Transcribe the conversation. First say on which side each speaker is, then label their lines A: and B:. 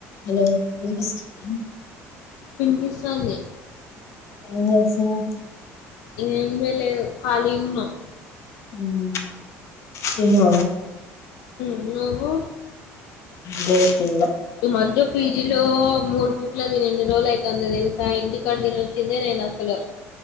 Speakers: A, on the left; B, on the left.
A: హలో వినిపిస్తుందా
B: పకిస్తన్ని
A: ఏం రాశావు
B: ఏను వెల కాాలగున్నాం
A: ఉ తీన్న
B: నగు
A: జతింద
B: ఈ మంజ పిజీలో మూరు ఇఊట్లో దీని ఎన్ని రోజులు అవుతుంది తెలుసా ఇంటికాడ దీని వచ్చిందే నేను అసలు